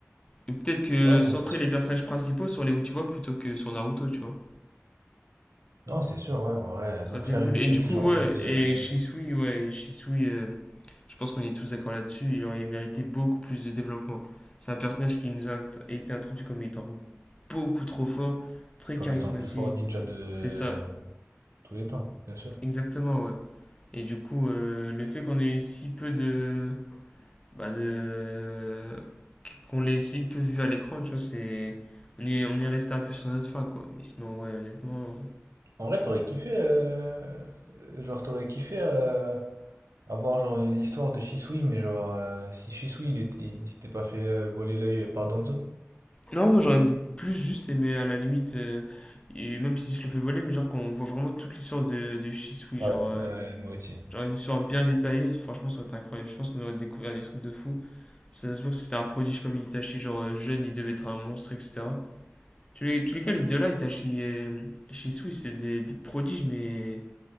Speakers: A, on the left; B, on the right.
A: Et peut-être que
B: Ouais, non,
A: centrer
B: c'est sûr.
A: les personnages principaux sur les Uchiwa plutôt que sur Naruto, tu vois.
B: Non, c'est sûr, ouais, en vrai.
A: Ça
B: Donc
A: aurait été
B: faire
A: cool.
B: une série
A: Et du coup,
B: genre en
A: ouais,
B: mode euh,
A: et Shisui, ouais, Shisui, euh, Je pense qu'on est tous d'accord là-dessus, il aurait mérité beaucoup plus de développement. C'est un personnage qui nous a été introduit comme étant beaucoup trop fort, très
B: comme
A: charismatique.
B: étant le plus fort ninja de
A: C'est ça,
B: tous les temps, bien sûr.
A: exactement, ouais. Et du coup, euh, le fait qu'on ait si peu de. Bah de qu'on l'ait si peu vu à l'écran, tu vois, c'est. On est, on est resté un peu sur notre fin, quoi. Mais sinon, ouais, honnêtement. euh,
B: En vrai, t'aurais kiffé, euh, genre t'aurais kiffé euh, avoir genre l'histoire de Shisui, mais genre euh, si Shisui il, était- il s'était pas fait euh, voler l'œil par Danzo.
A: Non, moi j'aurais plus juste aimé, à la limite, euh, et même si je le fais voler, mais genre qu'on voit vraiment toute l'histoire de, de Shisui,
B: Ouais.
A: genre. euh,
B: Ouais, moi aussi.
A: Genre une histoire bien détaillée, franchement, ça aurait été incroyable. Je pense qu'on aurait découvert des trucs de fou. Si Ça se voit que c'était un prodige comme Itachi, genre euh, jeune, il devait être un monstre, etc. Tu les, tous les cas, les deux là, Itachi et euh, Shisui, c'est des, des prodiges, mais